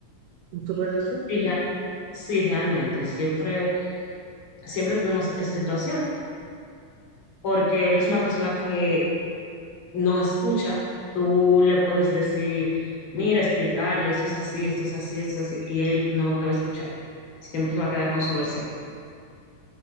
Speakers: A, on the right; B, on the left.
A: en tu relación?
B: Sí, rea- sí, realmente, siempre, siempre tenemos esa situación, porque él es una persona que no escucha. Tú le puedes decir, mira, explicarle, esto es así, esto es así, esto es así, y él no te va a escuchar. Siempre se va a quedar con su versión.